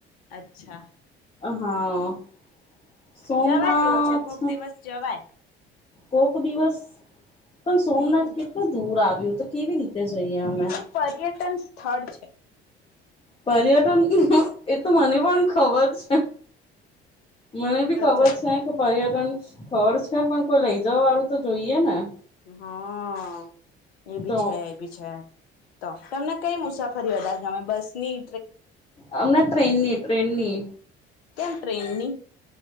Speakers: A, on the left; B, on the left.
A: અચ્છા.
B: હા સોમનાથ
A: જવા જેવું છે, કોક દિવસ જવાય.
B: કોક દિવસ પણ સોમનાથ
A: હમ
B: કેટલું દૂર આવ્યું તો કેવી રીતે જઈએ અમે.
A: એ પર્યટન સ્થળ છે
B: પર્યટન એ તો મને પણ ખબર છે મને ભી ખબર
A: અચ્છા
B: છે કે પ પર્યટન સ્થળ છે પણ ત વાળું તો જોઈએ ને
A: હા એ ભી
B: તો
A: છે એ ભી છે તો તમને કઈ મુસાફરી વધારે ગમે બસની
B: હમણા ટ્રેનની ટ્રેનની.
A: કેમ ટ્રેનની?